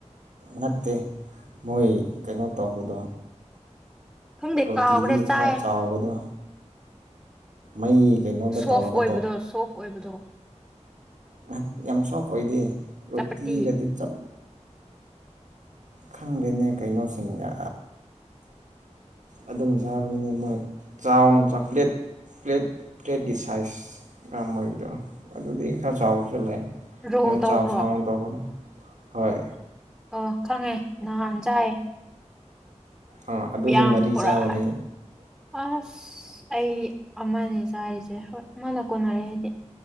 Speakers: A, on the right; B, in the centre.
A: ꯅꯠꯇꯦ ꯃꯣꯏ ꯀꯩꯅꯣ ꯇꯧꯕꯗꯣ
B: ꯈꯪꯗꯦ
A: ꯔꯣꯇꯤꯗꯨ
B: ꯀꯥꯎꯈ꯭ꯔꯦ ꯆꯥꯏ
A: ꯈꯔ ꯆꯥꯎꯕꯗꯣ ꯃꯩ ꯀꯩꯅꯣꯗ
B: ꯁꯣꯐ
A: ꯇꯧꯔꯒ
B: ꯑꯣꯏꯕꯗꯣ ꯁꯣꯐ ꯑꯣꯏꯕꯗꯣ
A: ꯉꯍꯥꯛ ꯌꯥꯝ ꯁꯣꯞ ꯑꯣꯏꯗꯦ ꯔꯣꯇꯤꯒꯗꯤ
B: ꯆꯄꯇꯤ
A: ꯆꯠꯂ ꯈꯪꯗꯦꯅꯦ ꯀꯩꯅꯣꯁꯤꯡꯗ ꯑꯗꯨꯝ ꯆꯥꯕꯅꯤꯅ ꯃꯣꯏ ꯆꯥꯎꯅ ꯆꯥꯄ꯭ꯂꯦꯠ ꯄ꯭ꯂꯦꯠ ꯄ꯭ꯂꯦꯠꯀꯤ ꯁꯥꯏꯖ ꯃꯣꯏꯒꯤꯗꯣ ꯑꯗꯨꯗꯤ ꯈꯔ ꯆꯥꯎꯕꯁꯨ ꯂꯩ
B: ꯔꯣꯜ
A: ꯑ
B: ꯇꯧꯕ꯭ꯔꯣ
A: ꯆꯥꯎ ꯁ ꯇꯧꯕꯅꯤ ꯍꯣꯏ
B: ꯑꯣ ꯈꯪꯉꯦ ꯅꯍꯥꯟ ꯆꯥꯏꯌꯦꯦ
A: ꯑꯥ ꯑꯗꯨꯗꯣ
B: ꯌꯥꯝ
A: ꯃꯔꯤ
B: ꯄꯨꯔꯛ
A: ꯆꯥꯕꯅꯦ
B: ꯑꯁ ꯑꯩ ꯑꯃꯅꯦ ꯆꯥꯔꯤꯁꯦ ꯍꯣꯏ ꯃꯥꯅ ꯀꯣꯟꯅꯔꯦ ꯍꯥꯏꯗꯤ